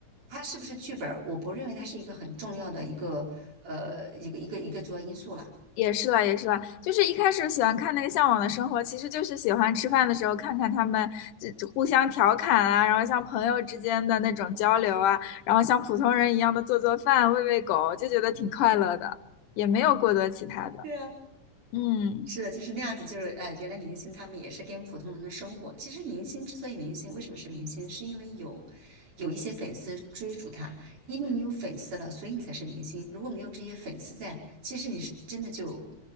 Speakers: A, on the right; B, on the left.
A: 它是不是剧本儿，我不认为它是一个很重要的一个呃一个一个一个主要因素了。
B: 也是啦，也是啦，就是一开始喜欢看那个《向往的生活》，其实就是喜欢吃饭的时候看看他们这这互相调侃啊，然后像朋友之间的那种交流啊，然后像普通人一样的做做饭、喂喂狗，就觉得挺快乐的，也没有过多其他的。
A: 对啊。
B: 嗯，
A: 是的，就是那样子，就是哎，呃原来明星他们也是跟普通人的生活。其实明星之所以明星，为什么是明星？是因为有有一些粉丝追逐他，因为你有粉丝了，所以你才是明星。如果没有这些粉丝在，其实你是真的就